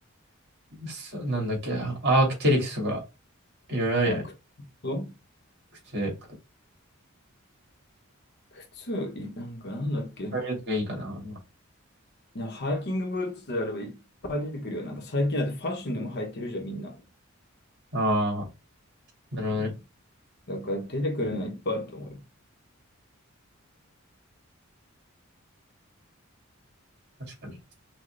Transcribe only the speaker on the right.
そなんだっけ、アークテリクスとか、いろいろあるよね。
くて、
ああいうやつがいいかな。
ああ、なるほどね。
確かに。